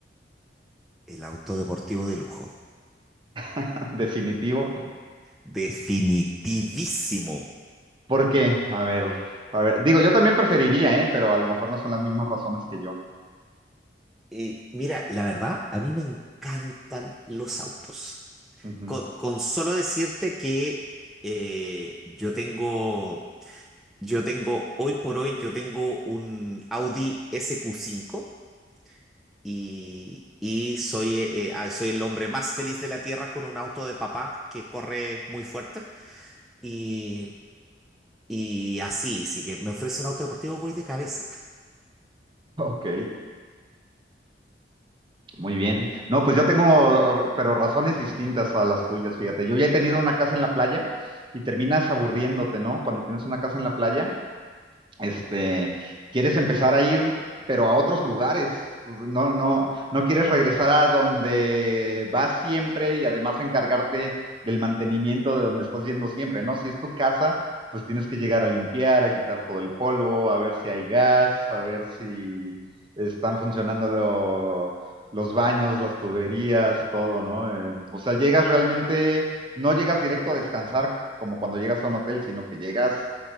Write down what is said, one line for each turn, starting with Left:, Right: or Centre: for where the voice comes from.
Centre: El auto deportivo de lujo.
Right: <laughs> Definitivo.
Centre: Definitivísimo.
Right: ¿Por qué? A ver, a ver. Digo, yo también preferiría, ¿eh? Pero a lo mejor no son las mismas razones que yo.
Centre: Eh, mira, la verdad, a mí me encantan los autos.
Right: Ujú.
Centre: Con,
Right: <laughs>
Centre: con solo decirte que eh, yo tengo, yo tengo, hoy por hoy, yo tengo un Audi SQ5 y, y soy, eh, eh, ah, soy el hombre más feliz de la tierra con un auto de papá que corre muy fuerte. Y, y así, si que me ofrece un auto deportivo, voy de cabeza.
Right: Ok, muy bien. No, pues yo tengo, pero razones distintas a las tuyas, fíjate. Yo ya he tenido una casa en la playa y terminas aburriéndote, ¿no? Cuando tienes una casa en la playa, este, quieres empezar a ir, pero a otros lugares. Pues, No, no, no quieres regresar a donde vas siempre y además encargarte del mantenimiento de donde estás yendo siempre, ¿no? Si es tu casa, pues tienes que llegar a limpiar, a quitar todo el polvo, a ver si hay gas, a ver si están funcionando lo- los baños, las tuberías, todo, ¿no? Eh, o sea, llegas realmente no llegas directo a descansar como cuando llegas a un hotel, sino que llegas